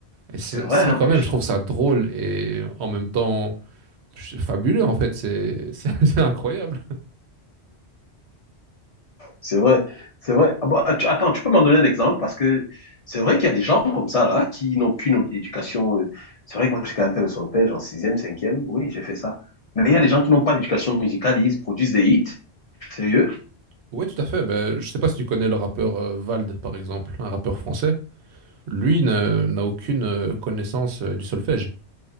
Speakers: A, on the right; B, on the left.
A: Et ça,
B: C'est vrai,
A: ça,
B: en
A: quand
B: plus.
A: même, je trouve ça drôle et en même temps je- fabuleux, en fait. C'est c'est- <laughs> c'est incroyable.
B: C'est vrai, c'est vrai. Ah bon, tu- attends, tu peux m'en donner un exemple parce que c'est vrai qu'il y a des gens comme ça là qui n'ont aucune éducation. euh, C'est vrai que moi j'ai quand même fait le solfège en sixième, cinquième. Oui, j'ai fait ça. Mais il y a des gens qui n'ont pas d'éducation musicale, ils produisent des hits. Sérieux?
A: Oui, tout à fait. Mais je sais pas si tu connais le rappeur euh, Vald, par exemple, un rappeur français. Lui ne- n'a aucune euh, connaissance euh, du solfège.